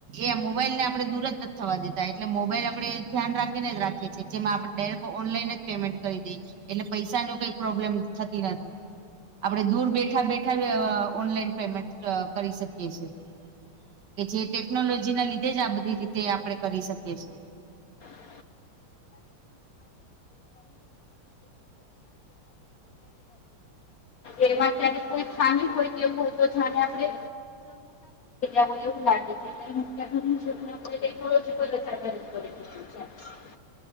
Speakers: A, on the right; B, on the left.
A: એ મોબાઈલ ને આપડણે દૂર જ નથી થવા દેતા એટલે મોબાઈલ આપડે ધ્યાન રાખીને જ રાખીએ છીએ જેમાં આપડે ઓનલાઈન જ પેમેન્ટ કરી દઈ એટલે પૈસા નું કઈ પ્રોબ્લેમ થતી નથી. આપણેે દૂર બેઠા બેઠા ઓનલાઈન પેમેન્ટ કરી શકીએ છે. કે જે ટેકનોલોજી ના લીધે જ આ બધી રીતે આપણે કરી શકીએ છે.
B: <inaudible> <inaudible> એમાં ત્યારે કોઈ ખામી હોય <inaudible> આપડે <inaudible> હોય એવું લાગે છે. <inaudible>